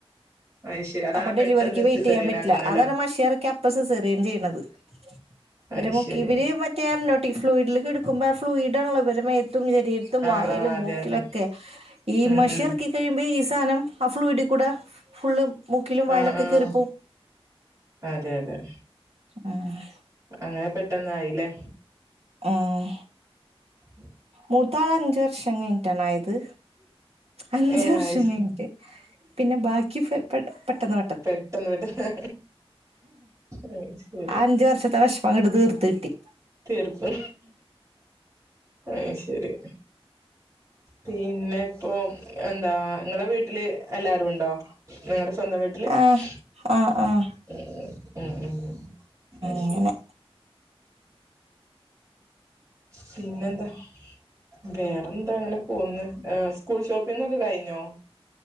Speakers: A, on the right (about 30°); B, on the right (about 80°).
A: അത് ശരി അതാണ്
B: അപ്പൊ ഡെലിവറിക്ക്
A: പെട്ടെന്ന്
B: വെയിറ്റ്
A: സിസേറിയൻ
B: ചെയ്യാൻ പറ്റില്ല
A: ആക്കുന്നല്ലേ
B: അതാണ് മഷി ഇറക്കിയ അപ്പ സിസെറിയൻ ചെയ്യണത് ഇവരെ
A: അത്
B: മുക്കി
A: ശരി
B: ഇവര് മറ്റേ അമ്നോട്ടി ഫ്ലൂയിഡില് കടുക്കുമ്പോ ആ ഫ്ലൂയിഡ്ള്ള ഇവരെ മേത്തും ശരീ ത്തും വായേലും
A: ആഹ് ആഹ് അതെ
B: മൂക്കിലൊക്കെ
A: അതെ
B: ഈ
A: ഉം
B: മഷി
A: ഉം
B: ഇറക്കി കഴിയുമ്പോ ഈ സാധം അ ഫ്ലൂയിടി കൂട ഫുള്ള് മുക്കിലും വയലൊക്കെ
A: ആഹ് ആഹ്
B: കേറിപ്പോവും
A: അതെ അതെ
B: ആഹ്
A: അങ്ങനെ പെട്ടന്ന ആയില്ലേ
B: ആഹ്
A: ഉം
B: മുത്താൾ അഞ്ച വർഷം കഴിഞ്ഞട്ടണ ആയത് അഞ്ച
A: ഏഹ്
B: വർഷം
A: അത് ശരി
B: കഴിഞ്ഞിട്ട് പിന്നെ ബാക്കി പെട്ടെന്ന്
A: പെട്ടെന്ന് പെട്ടന്ന് അഹ് ശരി
B: അഞ്ചു വർഷത്തെ വിഷമം അങ്ങട്ട് തീർത്ത് കിട്ടി
A: തീർത്ത് അഹ് ശരി പിന്നെ ഇപ്പൊ എന്താ നിങ്ങളെ വീട്ടില് എല്ലാവരും ഉണ്ടോ നിങ്ങളെ സ്വന്തം ട്ടിൽ <unintelligible>
B: ആഹ് ആഹ് ആഹ് അങ്ങനെ
A: പിന്നെ എന്താ വേറെ എന്താ അങ്ങനെ പോന്ന് സ്കൂൾ ഷോപ്പിംങ്ങോക്കെ കഴിഞ്ഞോ